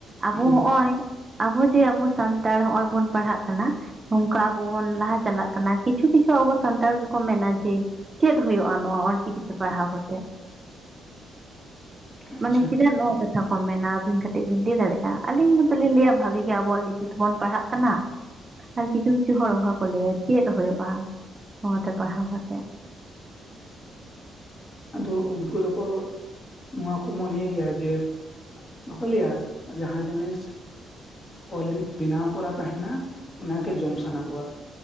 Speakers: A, on the right (about 25°); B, on the left (about 40°).
A: ᱟᱵᱚ
B: ᱦᱮᱸ
A: ᱦᱚᱜᱼᱚᱭ ᱟᱵᱚ ᱡᱮ ᱟᱵᱚ ᱥᱟᱱᱛᱟᱲ ᱦᱚᱸᱜᱼᱚᱭ ᱵᱚᱱ ᱯᱟᱲᱦᱟᱜ ᱠᱟᱱᱟ᱾ ᱱᱚᱝᱠᱟ ᱟᱵᱚ ᱵᱚᱱ ᱞᱟᱦᱟ ᱪᱟᱞᱟᱜ ᱠᱟᱱᱟ ᱠᱤᱪᱷᱩ ᱠᱤᱪᱷᱩ ᱟᱵᱚ ᱥᱟᱱᱛᱟᱲ ᱜᱮᱠᱚ ᱢᱮᱱᱟ ᱡᱮ ᱪᱮᱫ ᱦᱩᱭᱩᱜᱼᱟ ᱱᱚᱣᱟ ᱚᱞᱪᱤᱠᱤ ᱛᱮ ᱯᱟᱲᱦᱟᱣ ᱠᱟᱛᱮᱜ
B: ᱟᱪᱪᱷᱟ
A: ᱢᱟᱱᱮ ᱪᱮᱫᱟᱜ ᱠᱟᱛᱷᱟ ᱠᱚ ᱢᱮᱱᱟ ᱟᱹᱵᱤᱱ ᱠᱟᱹᱴᱤᱡ ᱵᱤᱱ ᱞᱟᱹᱭ ᱫᱟᱲᱮᱭᱟᱜᱼᱟ ᱟᱹᱞᱤᱧ ᱢᱚᱛᱚᱞᱤᱧ ᱞᱟᱹᱭᱟ ᱵᱷᱟᱜᱤ ᱜᱮ ᱟᱵᱚᱣᱟᱜ ᱞᱤᱯᱤ ᱛᱮᱵᱚᱱ ᱯᱟᱲᱦᱟᱜ ᱠᱟᱱᱟ᱾ ᱟᱨ ᱠᱤᱪᱷᱩ ᱠᱤᱪᱷᱩ ᱦᱚᱲ ᱚᱱᱠᱟ ᱠᱚ ᱞᱟᱹᱭᱟ ᱪᱮᱫ ᱦᱳᱭᱳᱜᱼᱟ ᱱᱚᱣᱟᱛᱮ ᱯᱟᱲᱦᱟᱣ ᱠᱟᱛᱮᱫ᱿
B: ᱟᱫᱚ ᱩᱱᱠᱩ ᱫᱚᱠᱚ ᱱᱚᱣᱟ ᱠᱚ ᱢᱚᱱᱮ ᱜᱮᱭᱟ ᱡᱮ ᱵᱟᱠᱚ ᱞᱟᱹᱭᱟ ᱡᱟᱦᱟᱸ ᱡᱤᱱᱤᱥ᱾ ᱚᱞ ᱨᱮᱰᱤ ᱵᱮᱱᱟᱣ ᱠᱚᱨᱟ ᱛᱟᱦᱮᱱᱟ ᱚᱱᱟᱜᱮ ᱡᱚᱢ ᱥᱟᱱᱟ ᱠᱚᱣᱟ᱿